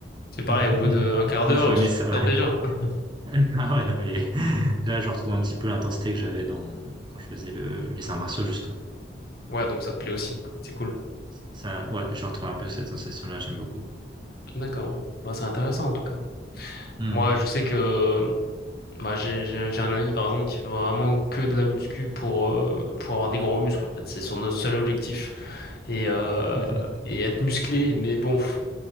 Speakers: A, on the left; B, on the right.
A: c'est pareil
B: <laughs>
A: au bout d'un quart
B: Faut
A: d'heure,
B: aimer
A: tu te
B: ça.
A: repères
B: Ouais.
A: déjà. <laughs>
B: <laughs> Ah ouais non mais Là, je retrouve un petit peu l'intensité que j'avais dans quand je faisais le... les arts martiaux, justement.
A: Ouais, donc ça te plaît aussi. C'est cool.
B: Ça, ouais, je retrouve un peu cette sensation-là, j'aime beaucoup.
A: D'accord. Bah, c'est intéressant en tout cas.
B: Hmm.
A: Moi, je sais que bah, j'ai j'ai- j'ai un ami par exemple qui fait vraiment que de la muscu pour, euh, pour avoir des gros muscles en fait. C'est son seul objectif. Et, euh,
B: <laughs>
A: et être musclé,
B: Je-
A: mais bon, pff,